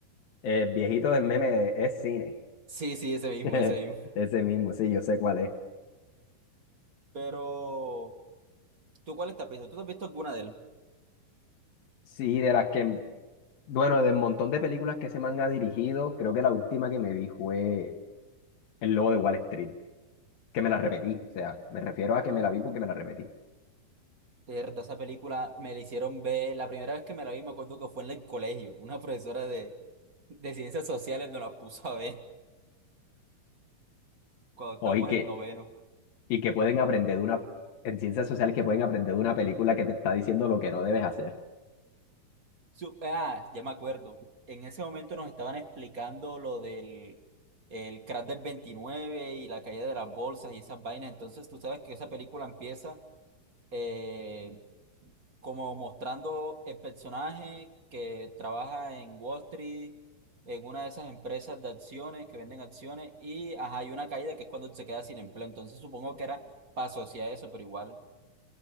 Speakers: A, on the left (about 70°); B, on the right (about 30°).
A: el viejito del meme es cine.
B: Sí, sí, ese mismo,
A: <laughs>
B: ese mismo.
A: Ese mismo, sí, yo sé cuál es.
B: <laughs> Pero, ¿tú cuál estás visto? ¿Tú te has visto alguna de él?
A: Sí, de las que, bueno, del montón de películas que se man ha dirigido, creo que la última que me vi fue El Lobo de Wall Street, que me la repetí. O sea, me refiero a que me la vi porque me la repetí.
B: Mierda, esa película me la hicieron ver. La primera vez que me la vi, me acuerdo que fue en el colegio. Una profesora de, de ciencias sociales nos la puso a ver cuando estábamos
A: O y que,
B: en noveno.
A: y que pueden aprender de una, en ciencias sociales que pueden aprender de una película que te está diciendo lo que no debes hacer.
B: Su- ah, ya me acuerdo. En ese momento nos estaban explicando lo del el crash del 29 y la caída de las bolsas y esas vainas. Entonces tú sabes que esa película empieza eh, como mostrando el personaje que trabaja en Wall Street, en una de esas empresas de acciones que venden acciones y ajá, hay una caída que es cuando se queda sin empleo. Entonces supongo que era para asociar eso, pero igual